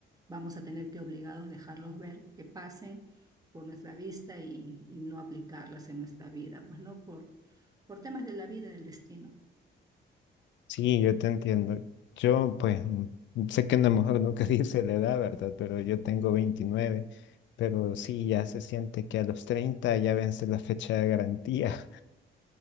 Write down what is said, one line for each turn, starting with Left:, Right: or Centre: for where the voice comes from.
Right: vamos a tener que obligados dejarlos ver que pasen por nuestra vista y, y no aplicarlas en nuestra vida, pues no por, por temas de la vida del destino.
Left: Sí, yo te entiendo. Yo, pues, mm, sé que una mejor nunca <laughs> dice la edad, ¿verdad? Pero yo tengo 29. pero sí, ya se siente que a los 30 ya vence la fecha de garantía. <laughs>